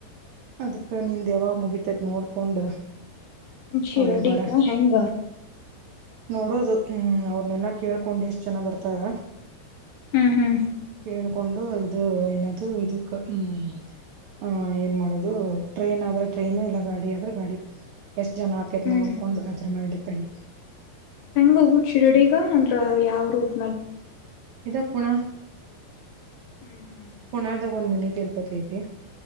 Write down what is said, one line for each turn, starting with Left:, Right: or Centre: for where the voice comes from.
Right: ಅದಕ್ಕ ನಿಂದ್ ಯಾವಾಗ ಮುಗಿತೈತ್ ನೋಡ್ಕೊಂಡ್
Left: ಜಿಡ
Right: ಅವ್ರಿಗೆ ಬರ
Left: ಹೆಂಗ
Right: ನೋಡೋದು ಹ್ಮ್ ಅವ್ರನೆೆಲ್ಲಾ ಕೇಳ್ಕೊಂಡು ಎಷ್ಟು ಜನ ಬರ್ತಾರ
Left: ಹ್ಮ್ ಹ್ಮ್
Right: ಕೆೇಳ್ ಕೇಳಕೊಂಡು ಇದು ಏನದು ಇದಕ್ ಹ್ ಆ ಏನ್ ಮಾಡದು ಅದು ಟ್ರೈನ್ ಆದ್ರೆ ಟ್ರೈನು ಇಲ್ಲ ಗಾಡಿ ಆದ್ರೆ ಗಾಡಿ ಎಷ್ಟ್ ಜನ ಆಗ್ತ ಮಾರ್ಕೆಟ್
Left: ಹ್ಮ್
Right: ನೋಡ್ಕೊಂಡು ಅದ್ರ ಮೇಲೆ ಡಿಪೆಂಡ್
Left: ಹೆಂಗ ಹೋಗು ಶಿರಡಿಗ ಅಂದ್ರ ಯಾವ ರೂಟ್ ಮೇಲ್
Right: ಇದು ಪುಣಃ
Left: ಹ್ಮ್ ಹ್ಮ್ ಹ್ಮ್
Right: ಪುಣಾದಾಗ ಒಂದ್ ಮಿನಿ ತಿರುಪತಿ ಐತಿ